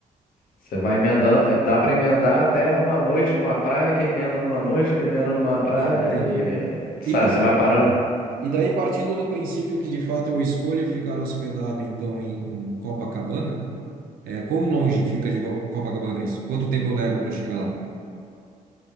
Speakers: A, on the left; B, on the right.
A: Você vai emendando, eh, dá pra emendar até uma noite numa praia, que emenda numa noite, que emenda numa praia
B: ah, entendi.
A: e, sabe,
B: E, e,
A: você vai parando.
B: e daí, partindo do princípio que de fato eu escolha ficar hospedado, então, em, em Copacabana, é, quão longe fica de Co- Copacabana isso? Quanto tempo eu levo para chegar lá?